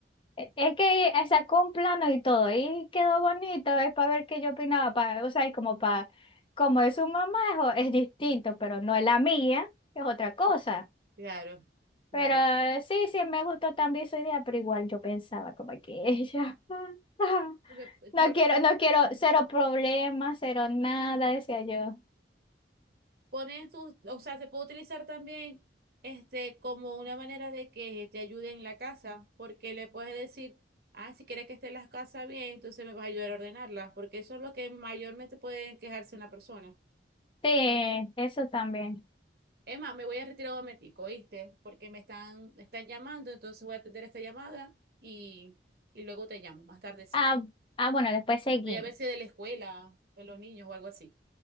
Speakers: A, on the left; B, on the right.
A: E- Es que eh, sacó un plano y todo, y quedó bonito, es para ver qué yo opinaba, para, o sea, y como para, como es su mamá, es, o- es distinto, pero no es la mía, es otra cosa.
B: Claro, claro.
A: Pero eh, sí, sí, me gustó también su idea, pero igual yo pensaba como que ella, <laughs>
B: Sí, Me,
A: no
B: me
A: quiero, no quiero, cero problemas, cero nada, decía yo.
B: Pones tus, o sea, se puede utilizar también este como una manera de que te ayude en la casa, porque le puedes decir, ah, si quieres que esté las casas bien, entonces me vas a ayudar a ordenarlas, porque eso es lo que mayormente puede quejarse una persona.
A: Sí, eso también.
B: Emma, me voy a retirar un momentico, ¿oíste? Porque me están, me están llamando, entonces voy a atender esta llamada y, y luego te llamo, más tardecita.
A: Ah, ah, bueno, después seguimos.
B: Voy a ver si es de la escuela, de los niños o algo así.